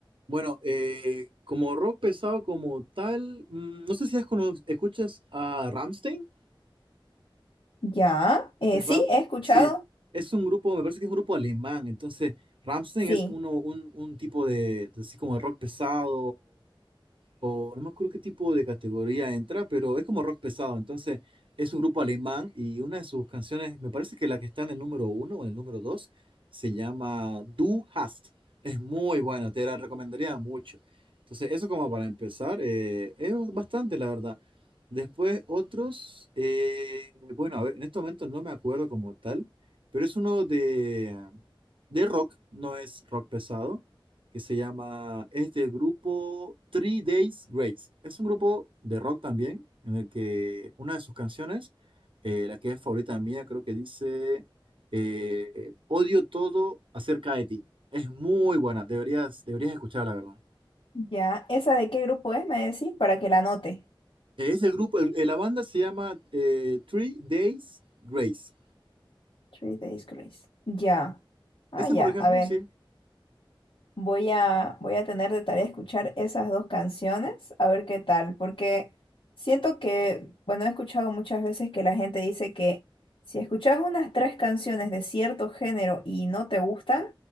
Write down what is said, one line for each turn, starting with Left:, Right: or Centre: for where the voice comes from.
Right: Bueno, eh, como rock pesado como tal, mm, no sé si has cono- escuchas a Rammstein.
Left: Ya, eh,
Right: Ram-
Left: sí, he escuchado,
Right: sí, es un grupo, me parece que es un grupo alemán, entonces Rammstein
Left: sí.
Right: es uno, un, un tipo de, de así como de rock pesado, o no me acuerdo qué tipo de categoría entra, pero es como rock pesado. Entonces, es un grupo alemán y una de sus canciones, me parece que la que está en el número uno o en el número dos, se llama Du Hast. Es muy buena, te la recomendaría mucho. Entonces, eso como para empezar, eh, es bastante, la verdad. Después, otros, eh, bueno, a ver, en estos momentos no me acuerdo como tal, pero es uno de, de rock, no es rock pesado que se llama, es del grupo Three Days Grace. Es un grupo de rock también, en el que una de sus canciones, eh, la que es favorita mía, creo que dice, eh, Odio todo acerca de ti. Es muy buena, deberías, deberías escucharla, la verdad.
Left: Ya, ¿esa de qué grupo es? Me decís para que la anote.
Right: Eh, Es el grupo, el- eh, la banda se llama eh, Three Days Grace.
Left: Three Days Grace. Ya. Ah,
Right: Ese,
Left: ya,
Right: por ejemplo,
Left: a ver.
Right: sí.
Left: Voy a, voy a tener de tarea escuchar esas dos canciones, a ver qué tal, porque siento que, bueno, he escuchado muchas veces que la gente dice que si escuchas unas tres canciones de cierto género y no te gustan,